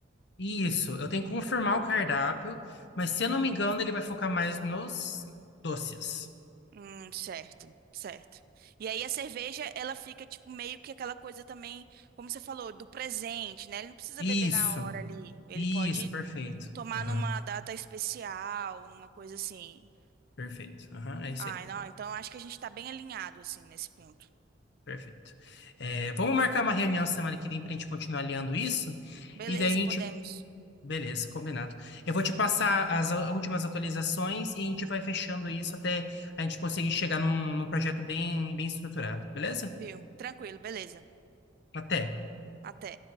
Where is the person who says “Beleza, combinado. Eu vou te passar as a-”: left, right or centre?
Left